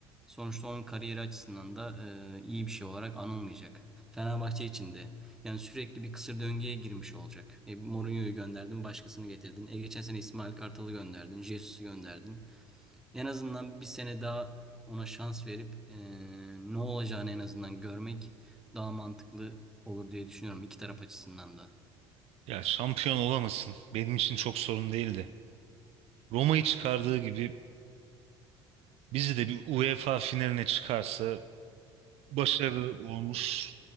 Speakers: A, in the centre; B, on the right.
A: Sonuçta onun kariyeri açısından da e, iyi bir şey olarak anılmayacak. Fenerbahçe için de. Yani sürekli bir kısır döngüye girmiş olacak. E, Mourinho'yu gönderdin, başkasını getirdin. E, geçen sene İsmail Kartal'ı gönderdin, Jesus'u gönderdin. En azından bir sene daha ona şans verip e, ne olacağını en azından görmek daha mantıklı olur diye düşünüyorum iki taraf açısından da.
B: ya şampiyon olamasın. Benim için çok sorun değildi. Roma'yı çıkardığı gibi bizi de bir UEFA finaline çıkarsa başarı olmuş